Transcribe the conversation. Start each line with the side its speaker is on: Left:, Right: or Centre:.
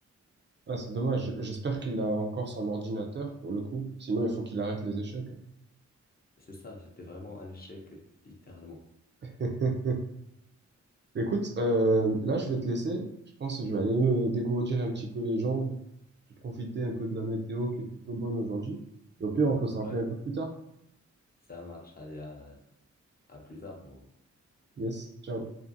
Right: Ah, c'est dommage. J'espère qu'il a encore son ordinateur, pour le coup. Sinon, il faut qu'il arrête les échecs.
Left: C'est ça, c'était vraiment un échec, littéralement.
Right: hein. <laughs> Écoute, euh, là, je vais te laisser. Je pense que je vais aller me dégourdir un petit peu les jambes. Je vais profiter un peu de la météo qui est plutôt bonne aujourd'hui. Et au pire, on peut se rappeler
Left: Ouais,
Right: un peu plus tard.
Left: ça marche. Allez, à, à plus tard.
Right: Yes, ciao.